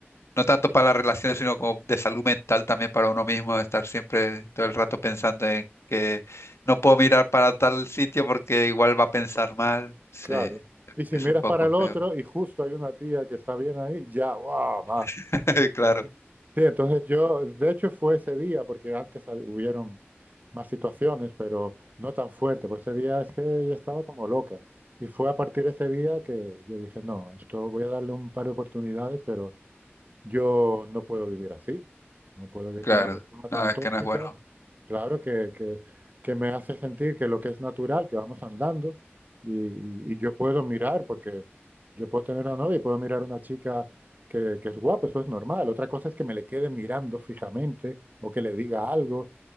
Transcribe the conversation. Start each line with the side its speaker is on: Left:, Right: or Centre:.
Left: No tanto para las relaciones, sino como de salud mental también para uno mismo, estar siempre todo el rato pensando en que no puedo mirar para tal sitio porque igual va a pensar mal. Sí,
Right: claro. Y si
Left: es
Right: miras
Left: un poco
Right: para el otro
Left: feo.
Right: y justo hay una tía que está bien ahí, ya, wow,
Left: <laughs> Claro,
Right: Sí, entonces yo, de hecho fue ese día, porque antes hab- hubieron más situaciones, pero no tan fuerte, pues ese día es que ella estaba como loca. Y fue a partir de ese día que yo dije, no, esto voy a darle un par de oportunidades, pero yo no puedo vivir así. No puedo vivir
Left: claro.
Right: con una persona
Left: No,
Right: tan
Left: es
Right: tóxica
Left: que no es bueno.
Right: Claro que, que- que me hace sentir que lo que es natural, que vamos andando y, y- y yo puedo mirar, porque yo puedo tener una novia y puedo mirar a una chica que, que es guapa, eso es normal. Otra cosa es que me le quede mirando fijamente o que le diga algo,